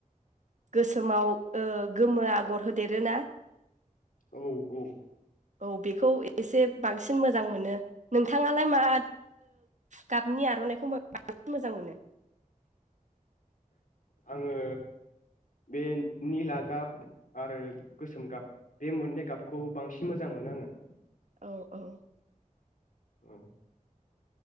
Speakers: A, on the right; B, on the left.
A: गोसोमाव ओ गोमो आगर होदेरोना?
B: औ औ
A: औ बेख‌ खौ एसे बांसिन मो जां मोनो नोंथाङालाय मा गाबनि आर'नाइखौ बांसिन मोजां मोनो?
B: आङो बे निला गाब आरो गोसोम गाब बे मोननै गाबखौ बांसिन मोजां मोनो आङो
A: औ औ
B: औ